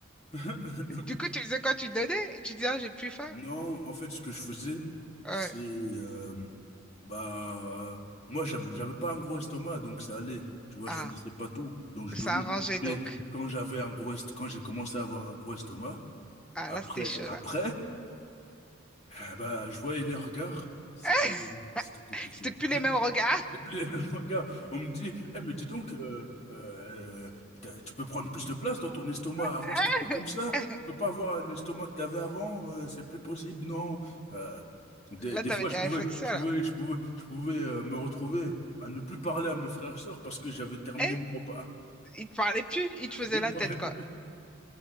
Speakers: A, on the left; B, in the centre.
A: <laughs>
B: Du coup, tu faisais quoi? Tu donnais? Tu disais, ah, j'ai plus faim.
A: Non, en fait, ce que je faisais,
B: Ouais.
A: c'est... euh, bah, moi, j'avais j'avais pas un gros estomac, donc ça allait. Tu vois,
B: Ah,
A: je finissais pas tout, donc je
B: ça
A: donnais.
B: a arrangé
A: Mais
B: donc.
A: quand j'avais un gros est- quand j'ai commencé à avoir un gros estomac,
B: Ah,
A: après,
B: là, c'était chaud,
A: après,
B: là.
A: eh bah, je voyais les regards, c'était,
B: <laughs>
A: c'était compliqué.
B: C'était plus les mêmes regards.
A: Le même gars, on me dit, eh mais dis donc, euh, euh, t'as- tu peux prendre plus de place dans ton estomac.
B: <laughs>
A: Avant, c'était pas comme ça. Tu peux pas avoir l'estomac que t'avais avant. euh, c'est plus possible, non. Euh, des,
B: Là,
A: des
B: t'avais
A: fois,
B: des
A: je pouvais,
B: réflexions,
A: je
B: là.
A: pouvais, je pouvais, je pouvais euh, me retrouver à ne plus parler à mes frères et sœurs parce que j'avais terminé
B: Eh,
A: mon repas.
B: ils te parlait plus,
A: <laughs>
B: il te faisait
A: Ils
B: la
A: me parlaient
B: tête, quoi.
A: plus.